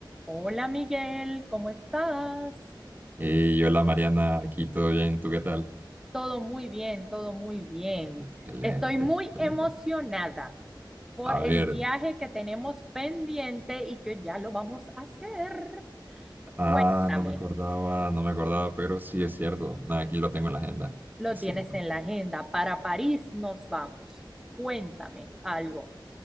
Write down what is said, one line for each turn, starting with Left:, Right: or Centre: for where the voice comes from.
Centre: Hola Miguel, ¿cómo estás?
Right: Y hola Mariana, aquí todo bien, ¿tú qué tal?
Centre: Todo muy bien, todo muy bien.
Right: Excelente,
Centre: Estoy muy
Right: excelente.
Centre: emocionada por
Right: A ver,
Centre: el viaje que tenemos pendiente y que ya lo vamos a hacer.
Right: ah,
Centre: Cuéntame,
Right: no me acordaba, no me acordaba, pero sí es cierto. Nada, aquí lo tengo en la agenda,
Centre: lo
Right: es
Centre: tienes
Right: cierto.
Centre: en la agenda. Para París nos vamos. Cuéntame algo.